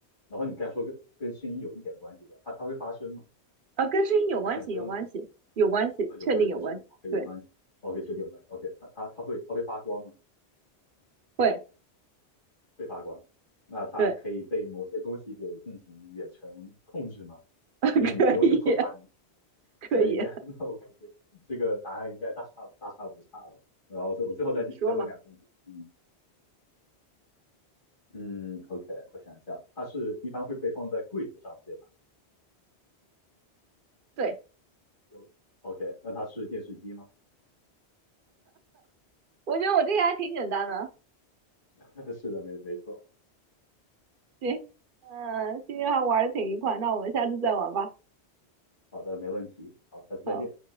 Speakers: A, on the left; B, on the right.
A: 然后你刚才说跟跟声音有一点关系的，它它会发声吗？
B: 呃，跟声音有关系，
A: 它本身
B: 有关系，有关系，
A: 哦，有关系是吧？OK，
B: 确定有关系，对，
A: 有关系，OK，确定有关系，OK，它它它会它会发光吗？
B: 会，
A: 会发光，那它可以被某些东西给进行远程控制吗？
B: 对，<laughs>
A: 就是你不用去碰它，
B: 可以，
A: 你
B: 可以，
A: 可以。<laughs> 那我感觉这个答案应该大差大差不差了吧。然后我最我最后再再问两个问题，
B: 你说吧。
A: 嗯嗯，OK，我想一下，它是一般会被放在柜子上，对吧？
B: 对，
A: 就 OK，那它是电视机吗？
B: 我觉得我这个还挺简单的。
A: <laughs> 是的，没没错。
B: 行，嗯，今天还玩的挺愉快，那我们下次再玩吧。
A: 好的，没问题。好，下次再见。
B: 好。